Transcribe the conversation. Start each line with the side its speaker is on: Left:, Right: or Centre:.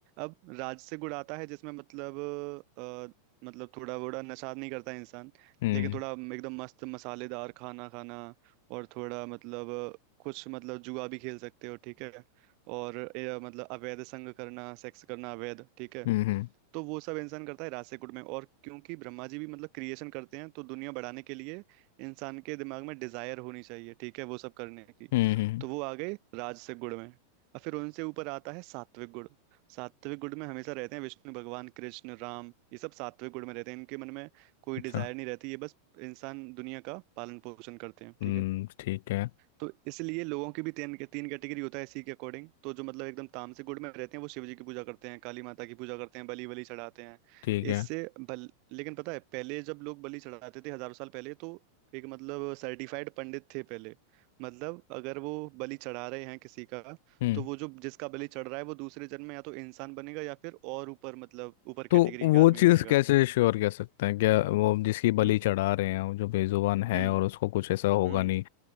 Right: अब राजसिक गुण आता है जिसमें मतलब अ, मतलब थोड़ा बड़ा नशा नहीं करता इंसान
Left: हम्म
Right: लेकिन थोड़ा एकदम मस्त मसालेदार खाना खाना और थोड़ा मतलब कुछ मतलब जुआ भी खेल सकते हो ठीक है और ए, मतलब अवैध संग करना सेक्स करना अवैध ठीक है
Left: हम्म हम्म
Right: तो वो सब इंसान करता है रासेकुट में और क्योंकि ब्रह्मा जी भी मतलब क्रिएशन करते हैं तो दुनिया बढ़ाने के लिए इंसान के दिमाग में डिजायर होनी चाहिए ठीक है वो सब करने की
Left: हम्म, हम्म,
Right: तो वो आ गए राजसिक गुण में और फिर उनसे ऊपर आता है सात्विक गुण सात्विक गुण में हमेशा रहते हैं विष्णु भगवान कृष्ण राम ये सब सात्विक गुण में रहते हैं इनके मन में कोई
Left: अच्छा
Right: डिजायर नहीं रहती ये बस इंसान दुनिया का पालन पोषण करते हैं
Left: हम्म
Right: ठीक है
Left: ठीक है
Right: तो इसलिए लोगों की भी तीन तीन कैटेगरी होता है इसी के अकॉर्डिंग तो जो मतलब एकदम तामसिक गुण में रहते हैं वो शिव जी की पूजा करते हैं काली माता की पूजा करते हैं बलि बलि चढ़ाते हैं
Left: ठीक है
Right: इससे बल लेकिन पता है पहले जब लोग बलि चढ़ाते थे हजारों साल पहले तो एक मतलब सर्टिफाइड पंडित थे पहले मतलब अगर वो बलि चढ़ा रहे हैं किसी का
Left: हम्म
Right: तो वो जो जिसका बलि चढ़ रहा है वो दूसरे जन्म में या तो इंसान बनेगा या फिर और ऊपर मतलब ऊपर
Left: तो
Right: कैटेगरी
Left: वो
Right: का आदमी
Left: चीज़
Right: बनेगा
Left: कैसे श्योर कह सकते हैं क्या वो जिसकी बलि
Right: हम्म
Left: चढ़ा रहे हैं वो जो बेजुबान है
Right: हम्म
Left: और उसको कुछ ऐसा होगा
Right: हम्म
Left: नहीं